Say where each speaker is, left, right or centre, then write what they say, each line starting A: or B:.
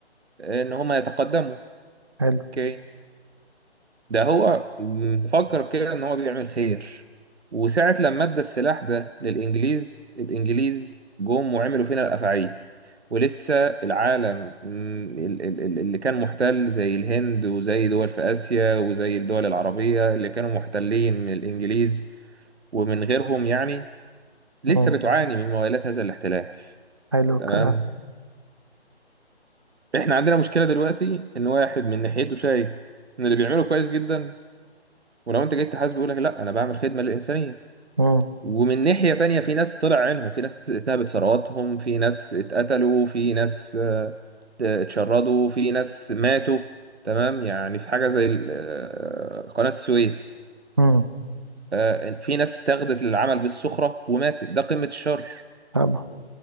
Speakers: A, on the right; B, on the right.
A: ان هم يتقدموا
B: حلو
A: اوكي ده هو مفكر كده ان هو بيعمل خير وساعة لما ادى السلاح ده للانجليز الانجليز جم وعملوا فينا الافاعيل ولسه العالم مم، ال- ال- ال- اللي كان محتل زي الهند وزي دول في اسيا وزي الدول العربية اللي كانوا محتلين من الانجليز ومن غيرهم يعني لسه
B: مم.
A: بتعاني من موالات هذا الاحتلال
B: حلو الكلام
A: تمام احنا عندنا مشكلة دلوقتي ان واحد من ناحيته شايف ان اللي بيعمله كويس جدا ولو انت جيت تحاسبه يقول لك لا انا بعمل خدمه للانسانيه
B: مم.
A: ومن ناحية تانية في ناس طلع عينهم في ناس اتنهبت ثرواتهم في ناس اتقتلوا في ناس آه، آه، اتشردوا في ناس ماتوا تمام يعني في حاجة زي ال- آه، قناة السويس
B: امم
A: آه، في ناس اتاخدت للعمل بالسخرة وماتت ده قمة الشر
B: طبعا